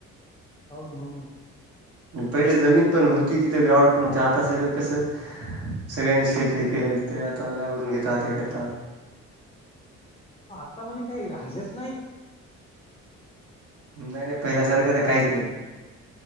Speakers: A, on the left (about 20°); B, on the right (about 55°).
A: हो न हो न.
B: पहिले जमीन पण होती तिथे ग्राउंड पण होते आता सगळं कसं. सगळ्यांनी शेत हे केले ते आता नागरून घेतात हे करतात.
A: आता म्हणजे काही राहिलंच नाही.
B: नाही नाही पहिल्यासारख तर काहीच नाही.